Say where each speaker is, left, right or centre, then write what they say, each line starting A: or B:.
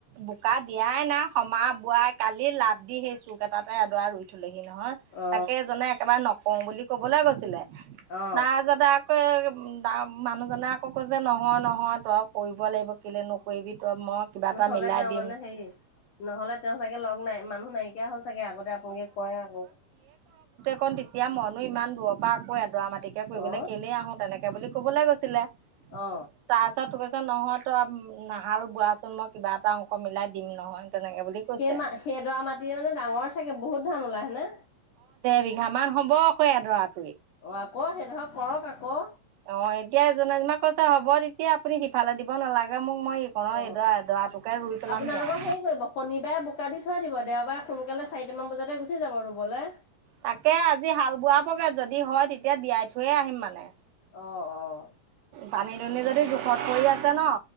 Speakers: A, on the right; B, on the left.
A: বোকা দিয়াই নাই সমা বোৱাই কালি লাটি হেৰী চুক এটাতে এডৰা ৰুই থৈ লেহি নহয়,
B: অ
A: তাকে এজনে একেবাৰে নকওঁ বুলি কবলে গৈছিলে।
B: অ
A: তাৰ পিছতে <unintelligible> মানুহজনে আকৌ কৈছে নহয়, নহয় তই কৰিব লাগিব কেলে নকৰিবি? ত মই কিবা
B: নহ'লে
A: এটা মিলাই
B: তেওঁ
A: দিম।
B: মানে হেৰি নহলে তেওঁ চাগে লগ নাই মানুহ নাইকিয়া হ'ল চাগে আগতে আপোনালোকে কয় আৰু।
A: ন তেতিয়া মইনো ইমান দূৰৰ পৰা আকৌ এডৰা মাটিকে কৰিবলৈ
B: অ
A: কেলেই আহো তেনেকে বুলি ক'বলৈ গৈছিলে।
B: অ
A: তাৰপিছত নহয়তো আ নাহাল বোৱাচোন মই কিবা এটা অংক মিলাই দিম নহয়। তেনেকে বুলি কৈছে।
B: সেই মা সেইডৰা মাটিৰে মানে ডাঙৰ চাগে বহুত ধান ওলাই হয়নে।
A: এবিঘামান হ'ব আকৌ এডৰাত।
B: অ, আকৌ সেই ধৰক কৰক আকৌ।
A: অ, এতিয়া মানুহজনাক কৈছে হ'ব তেতিয়া আপুনি সিফালে দিব নালাগে মোক মই এইকণৰ
B: অ,
A: এইডৰা এডৰাটো কে ৰুই পেলামহি
B: আপোনালোকে
A: আৰু
B: হেৰি কৰিব শনিবাৰে বোকা দি থৈ দিব দেওবাৰে সোনকালে চাৰিটামান বজাতে গুচি যাব ৰুবুলে।
A: তাকে আজি হাল বোৱাবগে যদি হয় তেতিয়া দিয়াই থৈয়ে আহিম মানে।
B: অ অ।
A: পানী দুনি যদি জোখত পৰি আছে ন